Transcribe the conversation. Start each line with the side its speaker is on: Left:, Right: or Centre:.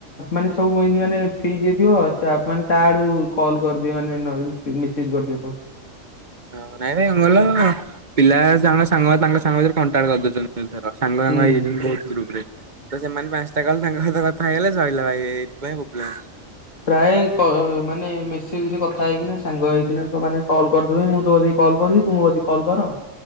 Left: ମାନେ ସବୁ ଇନ୍ତିି ମାନେ ଫ୍ରି ଯିଏ ଥିବ ସିଏ ଆପ୍ ମାନେ ତା ଆଡୁ କଲ୍ କରିଦିଏ ମାନେ ନ <unintelligible> ସିଜ୍ କରି ଦିଏ ତ
Right: ହଁ ନାଇଁ ଭାଇ କଣ କହିଲ ପିଲା ତାଙ୍କ ସାଙ୍ଗ ତାଙ୍କ ସାଙ୍ଗ ଭିତରେ କଣ୍ଟାକ୍ଟ କରିଦଉଚନ୍ତି। ଧର ସାଙ୍ଗ ସାଙ୍ଗ
Left: ହୁଁ
Right: ହେଇଯାଇଚନ୍ତି ବହୁତ ଗ୍ରୁପରେ ତ ସେମାନେ ପାଞ୍ଚଟା କଲ୍ ତାଙ୍କ ସହିତ କଥା ହେଇଗଲେ ସଇଲା ଭାଇ ଏଇଥିପାଇଁ ପ୍ରୋବ୍ଲେମ୍।
Left: ପ୍ରାୟ କ ମାନେ ମେସେଜରେ କଥା ହେଇକିନା ସାଙ୍ଗ ଙ୍ଗ ହେଇକିନା ମାନେ କଲ୍ କରିଦଉଚନ୍ତି ମୁଁ ତୋ କତିକି କଲ୍ କରୁଚି ତୁ ମୋ କତିକି କଲ୍ କର।